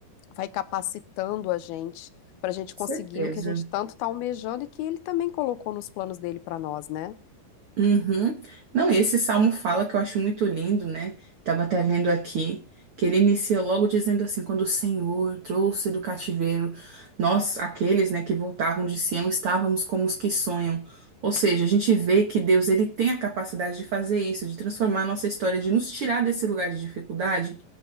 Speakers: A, on the left; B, on the right.
A: vai capacitando a gente para a gente
B: certeza.
A: conseguir o que a gente tanto está almejando e que ele também colocou nos planos dele para nós, né?
B: Uhum. Não, e esse salmo fala que eu acho muito lindo, né? Tava até vendo aqui que ele inicia logo dizendo assim: quando o Senhor trouxe do cativeiro nós, aqueles, né, que voltavam de Sião, estávamos como os que sonham. Ou seja, a gente vê que Deus ele tem a capacidade de fazer isso, de transformar a nossa história, de nos tirar desse lugar de dificuldade